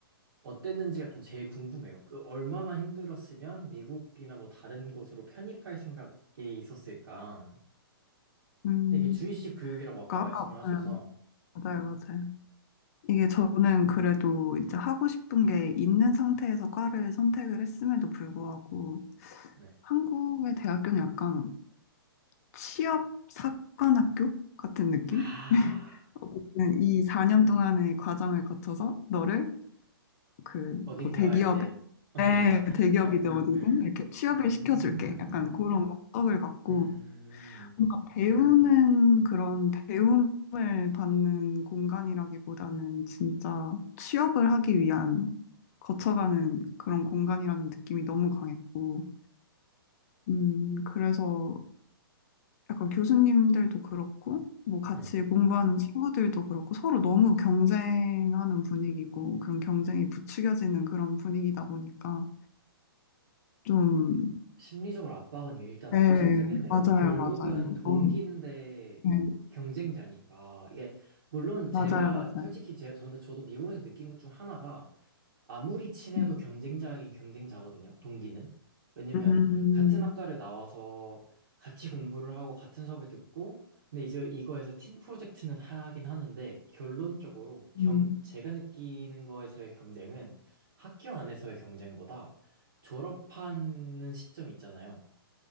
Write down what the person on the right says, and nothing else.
어땠는지가 좀 제일 궁금해요. 그 얼마나 힘들었으면 미국이나 뭐 다른 곳으로 편입할 생각이 있었을까?
근데 이게 주입식 교육이라고 아까
말씀을
하셔서
네.
아,
어딘가에
이제 어,
<laughs>
음,
음,
네.
심리적으로 압박은 일단
엄청 세겠네요.
결국은
동기인데
경쟁자니까 이게 물론 제가
솔직히 제 저는 저도 미국에서 느낀 것 중 하나가 아무리 친해도
경쟁자긴 경쟁자거든요, 동기는. 왜냐면
같은 학과를 나와서 같이 공부를 하고 같은 수업을 듣고, 근데 이제 이거에서 팀 프로젝트는 하긴 하는데, 결론적으로 경,
제가 느끼는 거에서의 경쟁은 학교 안에서의 경쟁보다 졸업하는 시점 있잖아요.